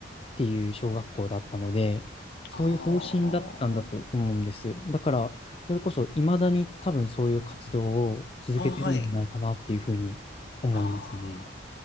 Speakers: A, on the left (about 30°); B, on the left (about 60°).
A: っていう小学校だったので、そういう方針だったんだと思うんです。
B: ああ、
A: だから、それこそ未だに多分そういう活動を続けてるんじゃないかなっていうふうに思いますね。
B: あはい。ああ。